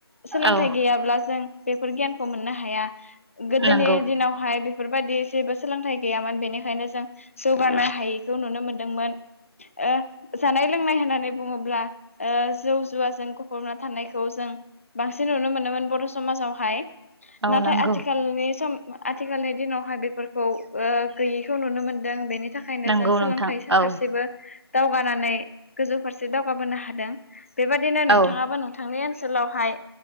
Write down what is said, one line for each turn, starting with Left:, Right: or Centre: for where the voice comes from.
Left: सोलोंथाइ
Right: औ
Left: गैयाब्ला बेफोर गियानखौ मोननो हाया गोदोनि
Right: नंगौ
Left: दिनावहाय बेफोरबायदि जेबो सोलों उफाय गैयामोन बेनिखायनो जों जौगानो हायैखौ नुनो मोनदोंमोन ओ जानाय लोंनाय होननानै बुङोब्ला ओ जौ जुवाजों गफबना थानायखौ जों बांसिन नुनो मोनोमोन बर' सु समाजावहाय
Right: औ
Left: नाथाय
Right: नंगौ
Left: आथिखालनि सम आथिखालनि दिनावहाय बेफोरखौ ओ गैयैखौ नुनो मोनदों बेनि थाखायनो
Right: नंगौ
Left: जों सोलोंथायनि
Right: नोंथां औ
Left: फारसेबो दावगानानै गोजौ फारसे दावगाबोनो हादों बेबायदिनो नोंथाङाबो
Right: औ
Left: नोंथांनि सोलावहाय